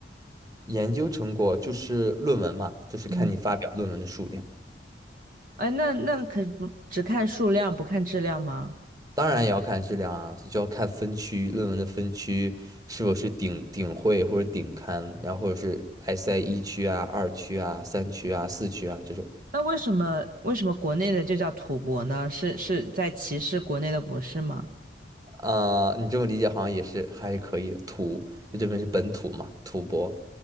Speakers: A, on the right; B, on the right.
A: 研究成果就是论文嘛，就是看你发表论文的数量。
B: 嗯，哎，那那可不只看数量不看质量吗？
A: 当然也要看质量啊，就要看分区，论文的分区是否是顶顶会或者顶刊，然后或者是 SI 一区啊、二区啊、三区啊、四区啊这种。
B: 那为什么为什么国内的就叫土博呢？是是在歧视国内的博士吗？
A: 啊、你这么理解好像也是还是可以的。土就这边是本土嘛，土博